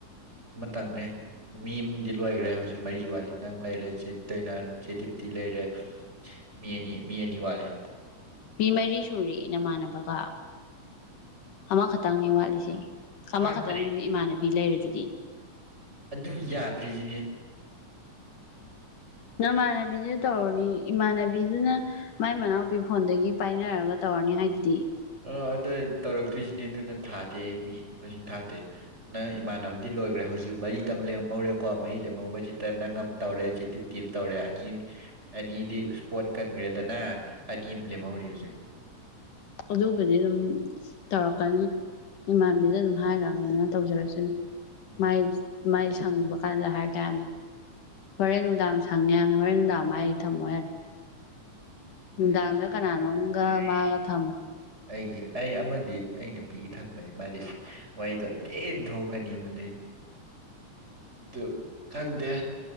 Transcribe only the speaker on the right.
ꯇꯪꯅꯦ ꯃꯤ ꯑꯃꯗꯤ ꯂꯣꯏꯈ꯭ꯔꯦ ꯍꯧꯖꯤꯛ ꯃꯔꯤ ꯋꯥꯠꯂꯤ ꯅꯪ ꯂꯩꯔꯦ ꯆꯦ ꯗꯥꯏꯅꯥ ꯆꯦ ꯗꯤꯞꯇꯤ ꯂꯩꯔꯦ ꯃꯤ ꯑꯅꯤ ꯃꯤ ꯑꯅꯤ ꯋꯥꯂꯤ
ꯋꯥꯠꯇ꯭ꯔꯤ
ꯑꯗꯨ ꯌꯥꯗ꯭ꯔꯤꯖꯤꯅꯦ
ꯑꯣ ꯑꯗꯣ ꯇꯧꯔꯛꯇ꯭ꯔꯤꯁꯤꯅꯦ ꯑꯗꯨꯅ ꯊꯥꯗꯦ ꯃꯤ ꯃꯁꯤꯡ ꯊꯥꯗꯦ ꯅꯪ ꯏꯃꯥꯟꯅꯕꯗꯤ ꯂꯣꯏꯈ꯭ꯔꯦ ꯍ ꯍꯧꯖꯤꯛ ꯃꯔꯤꯇꯪ ꯂꯦꯝꯍꯧꯔꯦꯀꯣ ꯃꯔꯤ ꯂꯦꯝꯍꯧꯕꯁꯤꯗ ꯅꯪ ꯑꯃ ꯇꯧꯔꯦ ꯆꯦ ꯗꯤꯞꯇꯤ ꯑꯃ ꯇꯧꯔꯦ ꯑꯅꯤ ꯑꯅꯤꯗꯤ ꯏꯁꯄꯣꯠ ꯀꯟꯈ꯭ꯔꯦꯗꯅ ꯑꯅꯤ ꯑꯃ ꯂꯦꯝꯍꯧꯔꯤ ꯍꯧꯖꯤꯛ
ꯎꯝ
<unintelligible>
ꯑꯩꯒꯤ ꯑꯩ ꯑꯃꯗꯤ ꯅꯣꯏꯅ ꯅꯨꯄꯤꯒꯤ ꯊꯝꯕꯅꯤ ꯃꯥꯗꯤꯁ ꯋꯥꯔꯤꯗꯣ ꯊꯤꯅ ꯊꯣꯛꯀꯅꯤꯕ ꯅ ꯑꯗꯨ ꯈꯪꯗꯦ